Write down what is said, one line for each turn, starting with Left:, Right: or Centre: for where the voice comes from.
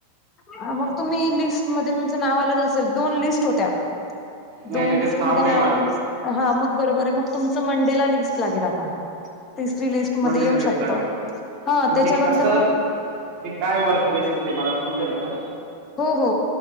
Left: हा मग तुम्ही लिस्ट मध्ये तुमचं नाव आलं नसेल दोन लिस्ट होत्या.
Right: नाही
Left: दोन
Right: त्याच्यात
Left: लिस्ट मध्ये
Right: नाही
Left: नाव
Right: माझं
Left: आलं नस हा मग बरोबर आहे, मग तुमचं मंडे ला लिस्ट लागेल आता. तिसरी लिस्ट
Right: मंडेला
Left: मध्ये येऊ
Right: लिस्टला
Left: शकत, हा
Right: पण
Left: त्याच्यानंतर
Right: हे कसं
Left: मग
Right: हे काय वर्क बेसिस आहे मला समजेल का?
Left: हो हो,